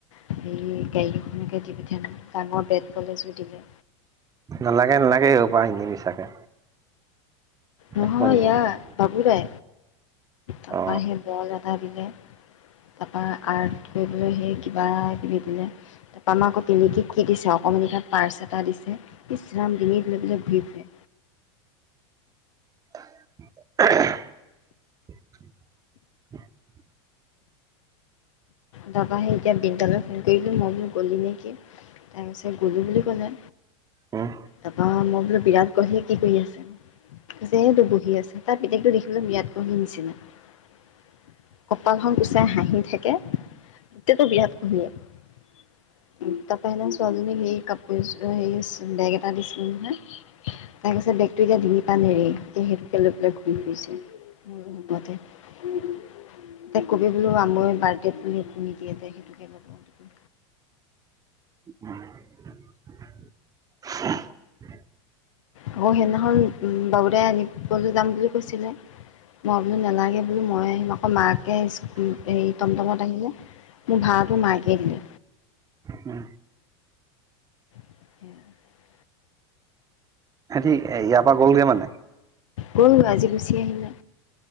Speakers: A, on the left; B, on the right.
A: হেৰি গাড়ী এখনকে পঠিয়ালে, ডাঙৰ বেট- বল এজোৰ দিলে।
B: নালাগে নালাগে, এইহোপা এনেই মিছাকে।
A: নহয়
B: একো আনিব
A: ইয়াৰ
B: নালাগে
A: বাবু দাই তাৰপৰা
B: অ
A: সেই বল এটা দিলে তাৰপৰা আৰ্ট কৰিবলৈ সেই কিবা কিবি দিলে ত আমাক তিলিকিক কি দিছে অকমাণিকা পাৰ্চ এটা দিছে ইচৰাম ডিঙিত। লৈ পেলাই ঘুৰি ফুৰে।
B: <unintelligible>
A: দাবাহে এতিয়া বৃন্দালৈ ফোন কৰিলো মই বোলো গ'লি নেকি? তাৰ পিছে গলো বুলি কলে,
B: উম
A: তাৰপৰা মই বোলো বিৰাট কোহলিয়ে কি কৰি আছে। কৈছে এইটো বহি আছে, তাৰ পিতেকটো দেখিবলে বিৰাট কোহলি <inaudible> কপালহ গুচাই হাই, আহি থাকে এইটাতো বিৰাত কোহলীয়ে <inaudible> ছোৱালীজনীক হেৰি কাপোৰ এযোৰ হেৰি বেগ এটা দিছিলো নহয়। তাৰপিছত বেগতটো এতিয়া দি পাম হেৰি এতিয়া সেইটো, <unintelligible> <inaudible> ত কবি বোলু আমাৰ বাৰ্ডেত বুলি তুমি দিয়া যে সেইটোকে লগ পা তুমি।
B: উম
A: আকৌ সেইদিনাখন বাবুদাই আনিবলৈ যাম বুলি কৈছিলে মই আনি নেলাগে বুলি মই আহিম আকৌ মাকে হেৰি টমটমত আহিলে মোৰ ভাটো মাইকে দিলে।
B: উম
A: <inaudible>
B: ঠিক ইয়াৰ পৰা গ'লগে মানে,
A: গ'লগৈ আজি গুচি আহিমে,